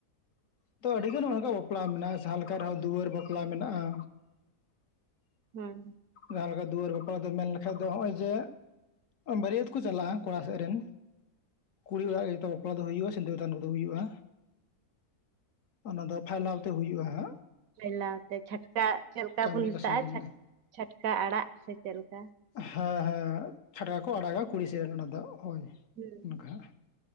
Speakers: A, on the left; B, on the right.
A: ᱛᱚ ᱟᱹᱰᱤᱜᱟᱱ ᱱᱚᱜ ᱚᱝᱠᱟ ᱵᱟᱯᱞᱟ ᱢᱮᱱᱟᱜᱼᱟ ᱡᱟᱦᱟᱸᱞᱮᱠᱟ ᱨᱮᱦᱚᱸ ᱫᱩᱣᱟᱹᱨ ᱵᱟᱯᱞᱟ ᱢᱮᱱᱟᱜᱼᱟ।
B: ᱦᱩᱸ
A: ᱡᱟᱦᱟᱸ ᱞᱮᱠᱟ ᱫᱩᱣᱟᱹᱨ ᱵᱟᱯᱞᱟ ᱫᱚ ᱢᱮᱱ ᱞᱮᱠᱷᱟᱡ ᱫᱚ ᱱᱚᱜ ᱚᱭ ᱡᱮ ᱵᱟᱹᱨᱭᱟᱹᱛ ᱠᱚ ᱪᱟᱞᱟᱜᱼᱟ ᱠᱚᱲᱟ ᱥᱮᱫ ᱨᱮᱱ᱾ ᱠᱩᱲᱤ ᱚᱲᱟᱜ ᱨᱮᱫᱚ ᱵᱟᱯᱞᱟ ᱫᱚ ᱦᱩᱭᱩᱜᱼᱟ ᱥᱤᱸᱫᱩᱨ ᱫᱟᱱ ᱠᱚᱫᱚ ᱦᱩᱭᱩᱜᱼᱟ। ᱚᱱᱟ ᱫᱚ ᱯᱷᱟᱭᱞᱟᱣ ᱛᱮ ᱦᱩᱭᱩᱜᱼᱟ ᱾
B: ᱵᱮᱞᱟᱣ ᱛᱮ ᱪᱷᱟᱹᱴᱠᱟ, ᱪᱮᱫ ᱞᱮᱠᱟ
A: ᱠᱟᱹᱢᱤ
B: ᱵᱚᱱ ᱢᱮᱛᱟᱜᱼᱟ᱾
A: ᱠᱟᱹᱥᱱᱤ ᱠᱚ ᱢᱮᱱᱟᱜᱼᱟ
B: ᱪᱷᱟᱹᱴᱠᱟ ᱟᱲᱟᱜ ᱥᱮ ᱪᱮᱫ ᱞᱮᱠᱟ?
A: ᱦᱮᱸ ᱦᱮᱸ ᱪᱷᱟᱹᱴᱠᱟ ᱠᱚ ᱟᱲᱟᱜᱟ ᱠᱩᱲᱤ ᱥᱮ ᱨᱮᱱ ᱚᱱᱟ ᱫᱚ ᱾ᱦᱳᱭ
B: ᱦᱩᱸ
A: ᱚᱱᱠᱟ ᱦᱟᱸᱜ